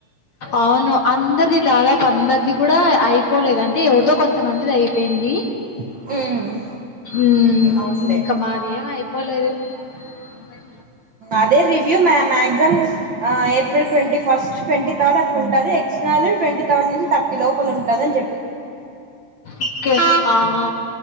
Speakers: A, on the left; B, on the right.
A: అవును అందరిది దాదాపు అందరిది కూడా అయిపోలేదు అంటే ఎవరిదో కొంతమందిది అయిపోయింది
B: మీకు
A: ఉమ్
B: అవునులే
A: ఇంకమాది ఎం అయిపోలేదు అ
B: అదే రివ్యూ మా, మాక్సిమం ఆ April twenty first twenty third అట్ల ఉంటుంది యాక్టర్నల్ ట్వంటీ థర్డ్ నుంచి థర్టీ లోపల ఉంటుదని చె
A: ఓకే అ ఆ